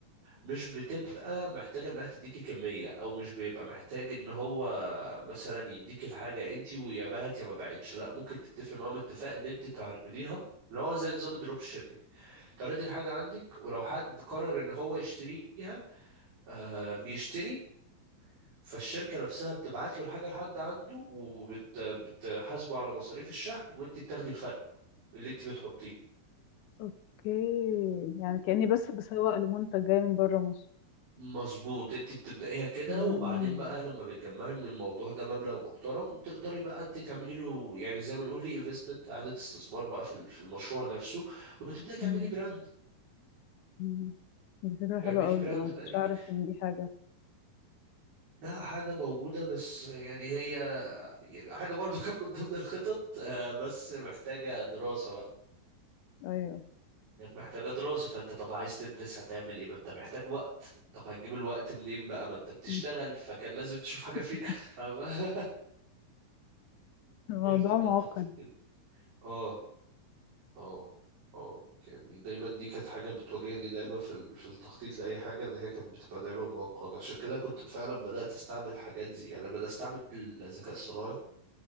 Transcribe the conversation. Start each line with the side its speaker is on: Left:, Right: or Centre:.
Right: مش بتبقى محتاجة انها تديكي كمية او مش بيبقى محتاج ان هو مثلا يديكي الحاجة انتي ويا بعت يا ما بعتش لا ممكن تتفق معاهم اتفاق ان انت تعرضيها اللي هو زي نظام الدروب شيبينج تعرضي الحاجة عندك ولو حد قرر ان هو يشتريها آه بيشتري فالشركة نفسها بتبعت له الحاجة لحد عنده وبتحاسبه على مصاريف الشحن وانت بتاخدي الفرق اللي انت بتحطيه
Left: اوكي يعني كأني بس بسوق لمنتج جاي من بره مصر
Right: مظبوط انت بتبدأيها كده
Left: مم.
Right: وبعدين بقى لما بتجمعي من الموضوع ده مبلغ محترم تقدري بقى انت تعملي له يعني زي ما نقول ري انفستمنت اعادة استثمار بقى في ال- في المشروع نفسه وتبدأي تعملي
Left: مم.
Right: براند
Left: مم. دي فكرة حلوة
Right: اعمليه
Left: قوي
Right: براند
Left: انا ما
Right: بقى
Left: كنتش
Right: لك
Left: اعرف ان دي حاجة
Right: ده حاجة موجودة بس يعني هي يعني حاجة برضو كانت من ضمن الخطط آه، بس محتاجة دراسة بقى
Left: ايوه
Right: كانت محتاجة دراسة فانت طب عايز تدرس هتعمل ايه ما انت محتاج وقت طب هتجيب الوقت منين بقى ما انت بتشتغل
Left: مم.
Right: فكان لازم تشوف حاجة
Left: <laughs>
Right: فريلانس <laughs> فاهمة؟
Left: الموضوع
Right: هي بتبقى
Left: معقد
Right: التخطيط كده اه اه اه يعني دايما دي كانت حاجة بتواجهني دايما في ال- في التخطيط لأي حاجة ان هي كانت بتبقى دايما معقدة عشان كده كنت فعلا بدأت استعمل حاجات زي يعني أنا بدأت استعمل الذكاء الصناعي